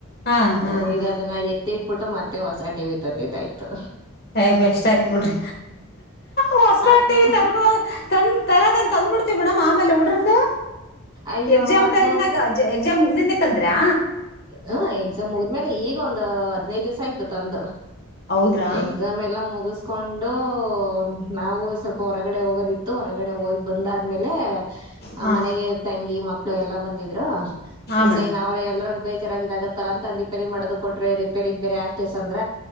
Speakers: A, on the left (about 45°); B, on the right (about 20°).
A: ಹಾ ಹಾ
B: ಹ
A: ಹಾ
B: ಈಗ
A: ಹಾ
B: ಅದನ್ನ ಎತ್ತಿಟ್ಬಿಟ್ಟು ಮತ್ತೆ ಹೊಸ ಟಿ ವಿ ತಂದಿದ್ದಾಯ್ತು.
A: ಯ್ ಬೆಸ್ಟ್ ಆಯ್ತ್ ಬಿಡ್ರಿ ಹೊಸ
B: ಅದು
A: ಟಿವಿ ತರ್ಬೋದು. ತನ್ ತರದೆನ್ ತಂದ್ ಬಿಡ್ತೀವಿ ಮೇಡಮ್ ಆಮೇಲೆ ಉಡ್ರದು
B: ಅಯ್ಯೋ
A: ಎಕ್ಸಾಮ್
B: ಅದು
A: ಟೈಮ್ ನಾಗ. ಎ ಎಕ್ಸಾಮ್ ಮುಗ್ದಿನ್ ತಂದ್ರಾ.
B: ಹ ಎಕ್ಸಾಮ್ ಹಗದ್ಮೇಲೆ ಈಗ ಒಂದ್ ಹದ್ನೈದ್ ದಿವ್ಸ ಆಯ್ತು ತಂದು.
A: ಹೌದ್ರಾ
B: ಎಕ್ಸಾಮ್ ಎಲ್ಲ ಮುಗುಸ್ ಕೊಂಡು ನಾವು ಸ್ವಲ್ಪ ಹೊರಗಡೆ ಹೋಗೋದಿತ್ತು ಹೊರಗಡೆ ಹೋಗಿ ಬಂದಾದ್ಮೇಲೆ. ಆ
A: ಹಾ
B: ಮನೆಗೆ ತಂಗಿ ಮಕ್ಕಳು ಎಲ್ಲಾ ಬಂದಿದ್ರು
A: ಹಾ
B: ಸೊ
A: ಮೇಡಮ್
B: ಇನ್ ಅವ್ರಿಗೆ ಎಲ್ಲರ್ಗು. ಬೇಜಾರ್ ಆಗಿ ಆಗತ್ತಲ್ಲ ಅಂತ ಅದ್ ರಿಪೇರಿ ಮಾಡೋದುಕ್ ಕೊಟ್ರೆ ರಿಪೇರಿಗ್ ಬೇರೆ ಹಾಕೆಸ್ ಅಂದ್ರ